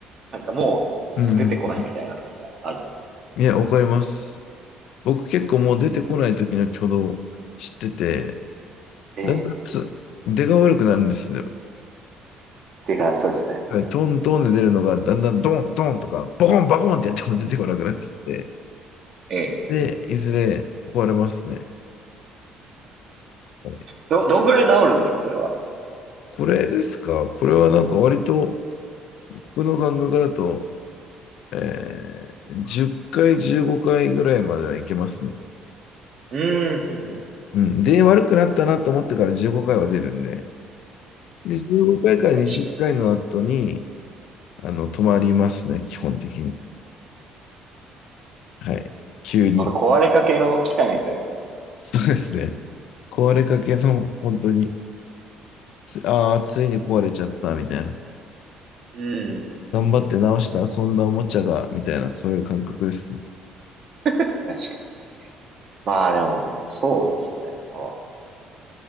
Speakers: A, on the right; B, on the left.
A: なんかもうずっと出てこないみたいなときがあると思う。
B: うんうん。いや、わかります。僕結構もう出てこない時の挙動知ってて、
A: ええ
B: だんだんつ出が悪くなるんですよ。
A: ていうか、そうですね。
B: はいトントンで出るのが、だんだんドンドンとか、ボコンボコンってやっても出てこなくなってきて、
A: ええ。
B: で、いずれ壊れますね。はい
A: ど、どんぐらい治るんですか、それは。
B: これですかこれはなんか割と、僕の感覚だと、えー10回、15回ぐらいまではいけますね。
A: うん、うんうんうん
B: うん。で、悪くなったなと思ってから15回は出るんで、で、15回かいから20回の後に、
A: 確かに。
B: あの、止まりますね、基本的に。はい。急に。
A: ほんと壊れかけの機械みたいですね。
B: そうですね。壊れかけの、本当に、つ、ああ、ついに壊れちゃったみたいな。
A: うん、うん。
B: 頑張って直して遊んだおもちゃが、みたいな、そういう感覚ですね。
A: 確かに。まあでも、そうですね。まあ